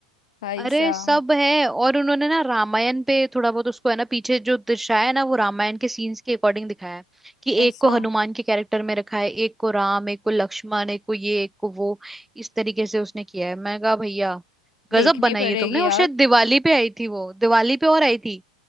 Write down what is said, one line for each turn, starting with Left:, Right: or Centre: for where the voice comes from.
Left: भाई
Centre: अरे
Left: साहब
Centre: सब है और उन्होंने ना रामायण पे थोड़ा बहुत उसको है ना पीछे जो दर्शाया है ना वो रामायण के सीन्स के अकॉर्डिंग दिखाया है कि
Left: ऐसा
Centre: एक को हनुमान के कैरेक्टर में रखा है एक को राम एक को लक्ष्मण एक को ये एक को वो इस तरीके से उसने किया है मैं कहा भैया
Left: देखनी
Centre: गजब बनाई
Left: पड़ेगी
Centre: है तुमने और
Left: यार
Centre: शायद दिवाली पे आई थी वो दिवाली पे और आई थी